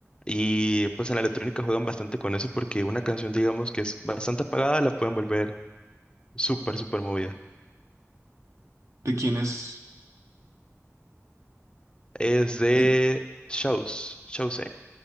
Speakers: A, on the left; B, on the right.
A: Y pues en la electrónica juegan bastante con eso porque una canción, digamos, que es bastante apagada, la pueden volver súper, súper movida.
B: ¿De quién es?
A: Es de
B: De
A: Shows, Shows.